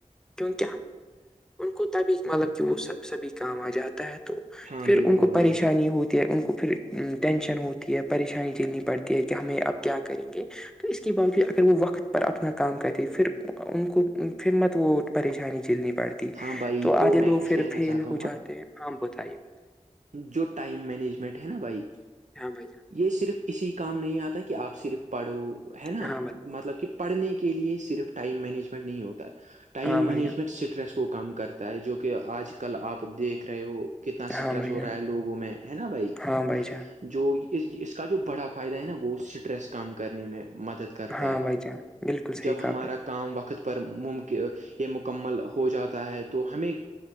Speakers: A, in the centre; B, on the right.
A: کیونکہ ان کو تبھی مطلب کہ وہ سب سبھی کام آ جاتا ہے تو
B: ہاں
A: پھر
B: بالکل
A: ان کو
B: بھائی
A: پریشانی ہوتی ان کو پھر ٹینشن ہوتی ہے پریشانی جھیلنی پڑتی ہے کہ ہمیں اب کیا کریں گے تو اس کے باوجود اگر وہ وقت پر اپنا کام کرتے پھر ان کو پھر مت وہ پریشانی جلنی پڑتی
B: ہاں بھائی
A: تو آدھے
B: میں
A: لوگ
B: کچھ
A: پھر
B: کہنا
A: فیل
B: چاہتا ہوں
A: ہو
B: گا
A: جاتے ہیں آ بتائیے بتائیے
B: جو ٹائم مینجمنٹ ہے نا بھائی
A: ہاں بھائی ج
B: یہ صرف اسی کام نہیں آتا کہ آپ صرف پڑھو ہے
A: جان
B: نا مطلب کہ پڑھنے کے لیے صرف ٹائم مینجمنٹ نہیں ہوتا ہے ٹائم
A: ہاں بھائی
B: مینجمنٹ
A: جان
B: اسٹریس کو کو کام کرتا ہے جو کہ آج کل آپ دیکھ رہے ہو کتنا اسٹریس
A: ہاں بھائی
B: ہو
A: جان
B: رہا ہے لوگوں میں ہے نا بھائی
A: ہاں بھائی جان ہاں بھائی
B: جو اس اس کا جو بڑا فائدہ ہے نا وہ اسٹریس کم کرنے میں مدد
A: جان
B: کرتا
A: ہاں
B: ہے
A: بھائی جان بالکل صحیح
B: جب
A: کہا
B: ہمارا
A: آپ نے
B: کام وقت پر ممکن یا مکمل ہو جاتا ہے تو ہمیں